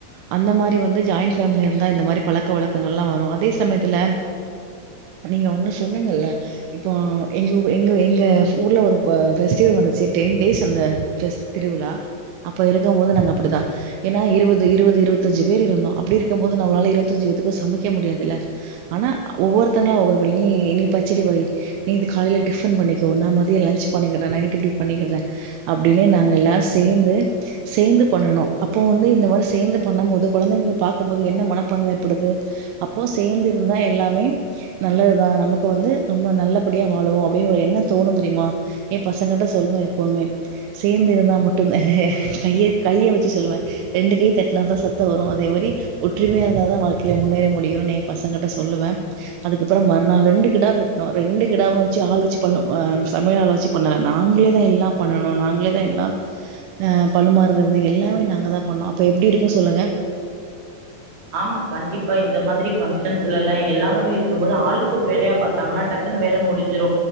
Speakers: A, on the right (about 85°); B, on the right (about 55°).
A: அந்த மாரி வந்து ஜாயண்ட் பேமிலி இருந்தா இந்த மாரி பழக்க வழக்கங்கெல்லா வரோ அதே சமயத்துல நீங்க ஒண்ணு சொன்னிங்கல இப்போ எங் எங்க எங்க ஊர்ல ஒரு ஃபெஸ்டிவல் வந்துச்சு டென் டேஸ் அந்த ஃபெ திருவிழா அப்ப இருக்கபோது நாங்க அப்படிதா ஏன்ன இருபது இருபது இருபத்தஞ்சு பேர் இருந்தோ அப்டி இருக்குபோது நம்மளால இருபத்தஞ்சு பேத்துக்கும் சமைக்க முடியாதுலா ஆனா ஒவ்வொருத்தங்கள ஒவ்வொரு நீ நீ பச்சடி வை நீ காலைல டிஃபன் பண்ணி தோ நா மதியோ லன்ச் பண்ணிக்கற நைட் இப்டி பண்ணிக்கிற அப்டின்னே நாங்க எல்லாரு சேந்து சேந்து பண்ணுனோ அப்போ வந்து இந்த மாரி சேந்து பண்ணபோது கொழந்தைங்க பாக்கும்போது என்ன மனப்பான்ம ஏற்படுது அப்போ சேந்து இருந்தா எல்லாமே நல்லதுதா நமக்கு வந்து ரொம்ப நல்லபடியா வாழுவோ அப்டின்னு ஒரு எண்ண தோணு தெரிமா எ பசங்ககிட்ட சொல்லுவே எப்போமே சேந்து இருந்தா மட்டு தா கைய கையை வெச்சு சொல்லுவே ரெண்டு கை தட்ன தா சத்த வரோ அதே மாரி ஒற்றுமையா இருந்தா தா வாழ்க்கைல முன்னேற முடியுனு எ பசங்ககிட்ட சொல்லுவே அதுக்கப்பறோ மறுநாள் ரெண்டு கிடா வெட்னோ ரெண்டு கிடாவு வெச்சு ஆள் வெச்சு பண்ணோ ஆ சமையலாள வெச்சு பண்ணல நாங்களே தா எல்லா பண்ணனோ நாங்களேதா எல்லா அஹ் பரிமாறது எல்லாமே நாங்க தா பண்ணோ அப்போ எப்டி இருக்கு சொல்லுங்க
B: ஆமா கண்டிப்பா இந்த மாதிரி பங்க்ஷன்ஸ்லல்லா எல்லாரு இருக்குபோது ஆளுக்கு ஒரு வேலையா பாத்தாங்கன்னா டக்குன்னு வேல முடிஞ்சிறு